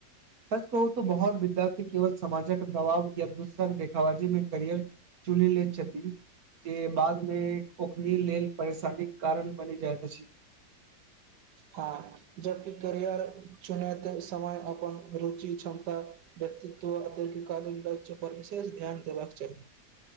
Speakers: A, on the right (about 55°); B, on the right (about 70°).
A: सच कहू तऽ बहुत विद्यार्थी केवल समाजक दबाव या दोसरक देखाबाजी मे करियर चुनि लैत छथि जे बादमे ओखनी लेल परेशानीक कारण बनि जाइत अछि
B: हँ जबकि करियर चुनेत समय अपन रुचि क्षमता व्यक्तित्व तय के कारण लक्ष्य पर विशेष ध्यान देबाक चाही